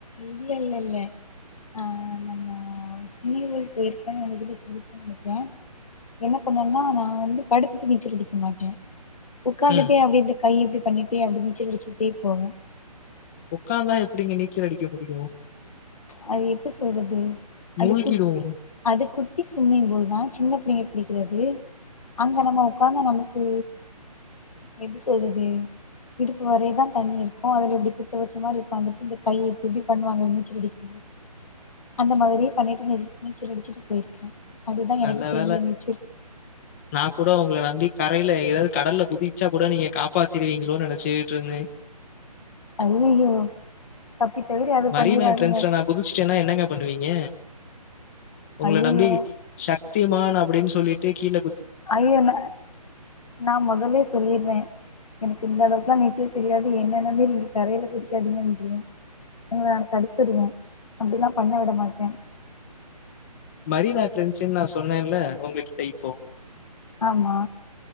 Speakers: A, on the left; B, on the left.
A: இல்லல்லல்ல ஆ நம்ம சிமிலி ஏரி போயிருக்க உங்ககிட்ட சொல்லிர்கே நெனக்கிற என்ன பண்ணுவன்னா நா வந்து படுத்துட்டு நீச்சல் அடிக்க மாட்ட உக்காந்துட்டே
B: ம்.
A: அப்டியே தி கையப்டி பண்ணிட்டே அப்டி நீச்சல் அடிச்சுகுட்டே போவோ
B: ஒக்காந்தா எப்புடிங்க நீச்சல் அடிக்க முடியு
A: ப்ச் அது எப்டி சொல்றது அது
B: மூழ்கிடுவோம்.
A: குட்டி அது குட்டி சும்மிங்பூல்தா சின்ன புள்ளங்க குளி கிறது அங்க நம்ம உக்காந்து நமக்கு எப்டி சொல்றது இடுப்பு வரயதா தண்ணி இருக்கு அதுல இப்டி குத்த வச்ச மாரி உக்காந்துட்டு இந்த கை இப்டி இப்டி பண்ணுவாங்க நீச்சலடுச் அந்த மாரியே பண்ணிட்டு நீச்சல் அடிச்சுட்டு போயிருக்கே அதுதா
B: நல்ல
A: எனக்கு தெரிஞ்ச
B: வேள
A: நீச்சல்
B: நா கூட ஒங்ள ந ந்து தரைல ஏது கடல்ல குதிச்சா கூட நீங்க காப்பாத்திருவீங்களோ நெனச் சேட்டு இருந்தே <unintelligible>
A: அய்யய்யோ தப்பி தவிறி அது
B: மரீனா
A: பண்ணிராதீங்க
B: ட்ரெண்ட்ஸ்ல நான் குதிச்சுட்டேன்னா என்னங்க பண்ணுவீங்க உங்களை
A: ஐயையோ
B: நம்பி சத்தியமான் அப்படின்னு சொல்லிட்டு கீழே
A: ஐயோன நா மொதல்லியே சொல்லிர்வ எனக்கு இந்த அளவுக்குலா நீச்சல் தெரியாது என்ன நம்பி நீங்க கரையில குதிக்காதிங்கன்ட்ருவ உங்கள நா தடுத்துருவே அப்படிலா பண்ண விட மாட்டே
B: வெளிநாட்ல இருந்துச்சுன் நா சொன்னேன்ல உங்ககிட்ட இப்போ
A: ஆமா